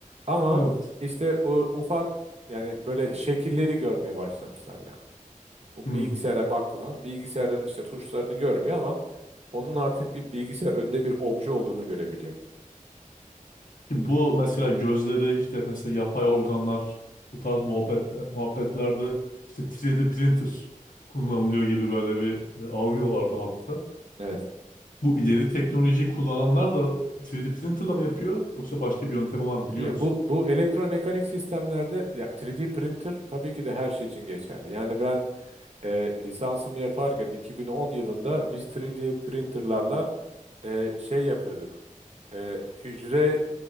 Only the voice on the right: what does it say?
Ama
işte o ufak yani böyle şekilleri görmeye başlamışlar yani. Bu
bilgisayara baktığı zaman bilgisayarın işte tuşlarını görmüyor ama onun artık bir bilgisayar önünde bir obje olduğunu görebiliyor.
Evet.
Ya
bu bu elektromekanik sistemlerde ya 3D printer tabii ki de her şey için geçerli. Yani ben e, lisansımı yaparken 2010 yılında biz 3D printerlarla e, şey yapıyorduk. E, hücre